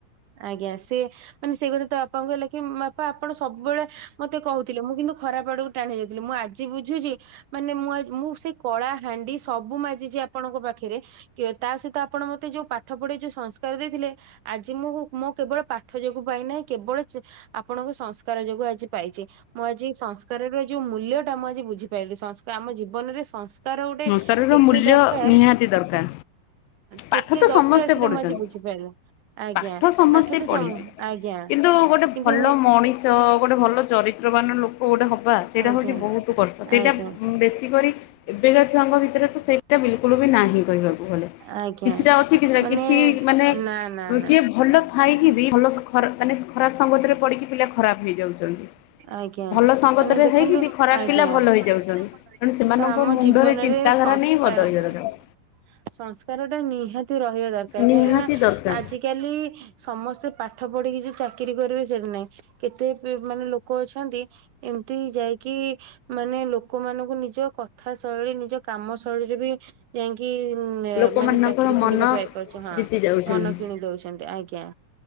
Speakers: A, on the right; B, on the left.
A: ଆଜ୍ଞା ସିଏ ମାନେ ସେ କଥା ତା ବାପାଙ୍କୁ ହେଲା କି ବାପା ଆପଣ ସବୁବେଳେ ମତେ କହୁ ମୁଁ କିନ୍ତୁ ଖରାପ ଆଡ଼କୁ ଟାଣି ଯାଇଥିଲି ମୁଁ ଆଜି ବୁଝୁଛି ମାନେ ମୁଁ ମୁଁ ସେ କଳା ହାଣ୍ଡି ସବୁ ମାଜିଛି ଆପଣଙ୍କ ପାଖରେ। ତା ସହିତ ଆପଣ ମତେ ଯୋଉ ପାଠ ପଢେଇ ଯୋଉ ସଂସ୍କାର ଦେଇଥିଲେ ଆ ଆଜି ମୁଁ ମୁଁ କେବଳ ପାଠ ଯୋଗୁ ପାଇନାହିଁ କେବଳ ଆପଣଙ୍କ ସଂସ୍କାର ଯୋଗୁଁ ଆଜି ପାଇଚି। ଆଜି ସଂସ୍କାରର ଯେଉଁ ମୂଲ୍ୟ ଟା ମୁଁ ଆଜି ବୁଝିପାରିଲି ଆମ ଜୀବନରେ ତାର ଗୋଟେ
B: ସଂସ୍କାରର
A: କେତେ
B: ମୂଲ୍ୟ
A: ଦରକାର?
B: ନିହାତି ଦରକାର
A: କେତେ
B: ପାଠ ତ
A: ଦରକାର
B: ସମସ୍ତେ
A: ସେଇଟା
B: ପଢୁଛନ୍ତି
A: ମୁଁ ଆଜି ବୁଝିପାରିଲି। ଆଜ୍ଞା
B: ପାଠ ସମସ୍ତେ
A: ତ
B: ପଢିଲେ
A: ସମ ଆଜ୍ଞା
B: କିନ୍ତୁ ଗୋଟେ
A: କିନ୍ତୁ
B: ଭଲ ମଣିଷ ଗୋଟେ ଭଲ ଚ଼ରିତ୍ର ବାନ ଲୋକ ଗୋଟେ ହବା ସେଇଟା
A: ଆଜ୍ଞା
B: ହେଉଛି ବହୁତ କଷ୍ଟ ସେଇଟା
A: ଆଜ୍ଞା।
B: ବେଶୀ କରି ପିଲା ଛୁଆଙ୍କ ଭିତରେ ତ ସେଇଟା ବିଲ୍‌କୁଲ ବି ନାହିଁ କହିବାକୁ ଗଲେ।
A: ଆଜ୍ଞା
B: କିଛି ଟା ଅଛି କିଛିଟା
A: ମାନେ
B: କିଛି ମାନେ
A: ନା ନା ନା।
B: କିଏ ଭଲ ଥାଇକି ବି ଭଲ ମାନେ ଖରାପ ସଙ୍ଗ କତିରେ ପଡିକି ହେଲେ ଖରାପ ହେଇଯାଉଛନ୍ତି।
A: ଆଜ୍ଞା
B: ଭଲ ସଙ୍ଗତରେ
A: ମାନେ ଦେଖନ୍ତୁ
B: ହେଇକି ବି ଖରାପ
A: ଆଜ୍ଞା
B: ପିଲା ଭଲ
A: ସବୁ
B: ହେଇଯାଉଛନ୍ତି।
A: ଖରାପ ଥିଲେ ଭଲ ହେଇଯାଉ।
B: ତେଣୁ ସେମାନଙ୍କ
A: ଆମ
B: ମୁଣ୍ଡରେ
A: ଜୀବନରେ
B: ଚିନ୍ତାଧାରା
A: ସଂସ୍କାର
B: ନେଇ ବଦଳିବା
A: ହୁଁ
B: ଦରକାର
A: ସଂସ୍କାର ଟା ନିହାତି ରହିବା ରହିବା ଦରକାର
B: ନିହାତି
A: କାହିଁକି ନା
B: ଦରକାର।
A: ଆଜିକାଲି ସମସ୍ତେ ପାଠ ପଢ଼ି ଚାକିରି ପରିବେଶ ସେଇଠି ନାଇଁ। କେତେ ମାନେ ଲୋକ ଅଛନ୍ତି ଏମିତି ଯାଇକି ମାନେ ଲୋକମାନଙ୍କୁ ନିଜ କଥା କଥା ଶୈଳୀ ନିଜ କାମ ଶୈଳୀରେ ବି ଯାଇକି କି
B: ଲୋକମାନଙ୍କର
A: ମାନେ ଚାକିରୀ ଖଣ୍ଡେ
B: ମନ
A: ବି ପାଇପାରୁଛି ହଁ
B: ଜିତି ଯାଉଛନ୍ତି
A: ମନ କିଣି ଦଉଛନ୍ତି ଆଜ୍ଞା।